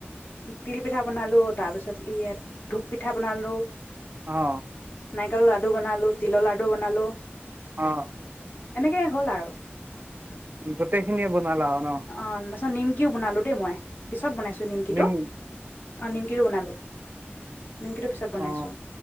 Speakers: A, on the left (about 50°); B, on the right (about 40°).
A: তিল পিঠা বনালো তাৰ পিছত ইয়াত ধূপ পিঠা বনালো তাত
B: অ
A: নাৰিকলৰ লাডু বনালো তিলৰ লাডু বনালো নাই
B: অ অ
A: এনেকেই হ'ল আৰু এ
B: গোটেইখিনিয়ে বনালা আৰু ন
A: অ তাৰপিছত নিমকিও বনালো দেই মই পিছত বনাইছো নিমকি
B: নিম
A: টো অ নিমকি টো বনালোঁ নিমকিটো পিছত বনাইছো
B: অ